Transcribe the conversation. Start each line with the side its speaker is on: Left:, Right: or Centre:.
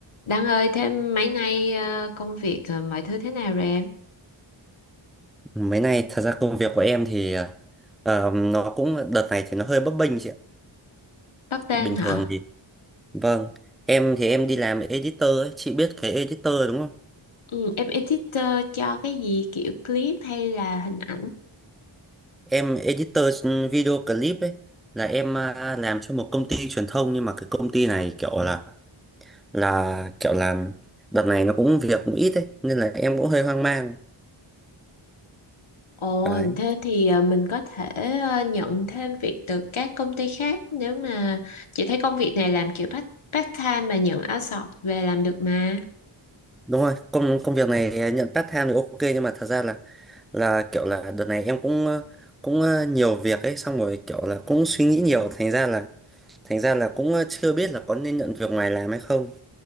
Left: Đăng ơi, thế mấy nay ờ, công việc ờ, mọi thứ thế nào rồi em?
Centre: Mấy nay thật ra công việc của em thì ờ, nó cũng đợt này thì nó hơi bấp bênh chị ạ.
Left: Bắp bênh
Centre: Bình
Left: hả?
Centre: thường thì vâng, em thì em đi làm editor ấy, chị biết cái editor đúng không?
Left: Ừ, em editor cho cái gì kiểu clip hay là hình ảnh?
Centre: Em editor video clip ấy là em à, làm cho một công ty truyền thông nhưng mà cái công ty này kiểu là là kiểu làm đợt này nó cũng việc cũng ít ấy nên là em cũng hơi hoang mang.
Left: Ồ,
Centre: Đấy.
Left: thế thì ờ, mình có thể ờ, nhận thêm việc từ các công ty khác nếu mà chị thấy công việc này làm kiểu part, part time mà nhận outsource về làm được mà.
Centre: Đúng rồi, công công việc này nhận part time thì ok nhưng mà thật ra là là kiểu là đợt này em cũng ờ, cũng ờ, nhiều việc ấy xong rồi kiểu là cũng suy nghĩ nhiều thành ra là thành ra là cũng ờ, chưa biết là có nên nhận việc ngoài làm hay không